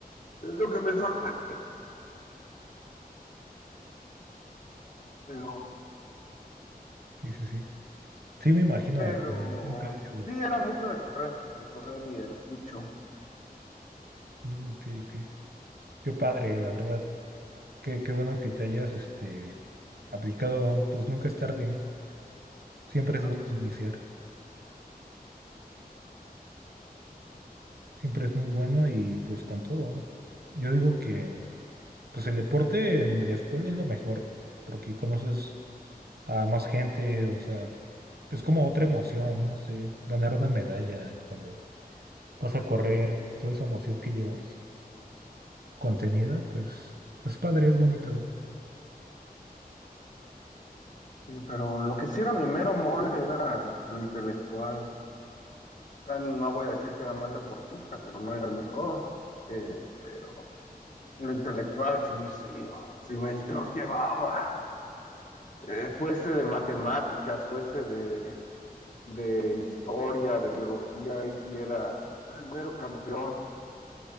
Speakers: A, on the left; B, on the right.
A: lo que me sorprende. Pero,
B: Sí, sí, sí. Sí, me imagino.
A: pero
B: Un cambio.
A: sí, era mucho de correr, de correr y el fucho.
B: Mm, sí, qué qué padre, la verdad. Qué, qué bueno que te hayas este, aplicado, pues nunca es tarde, siempre
A: No,
B: es bueno
A: pues sí.
B: iniciar, siempre es muy bueno y pues con todo, ¿no? Yo digo que pues el deporte en la escuela es lo mejor, porque conoces a más gente, o sea, es como otra emoción, no sé, ganar una medalla cuando vas a correr, toda esa emoción que llevas contenida, pues es padre, es bonito,
A: Sí, Pero lo que sí era mi mero mole era lo intelectual. O sea, no voy a decir que era mal deportista, pero no era el mejor. Eh, pero en lo intelectual, sí, sí, sí me los llevaba. Eh, fuese de matemáticas, fuese de, de historia, de biología, ahí sí era el mero campeón.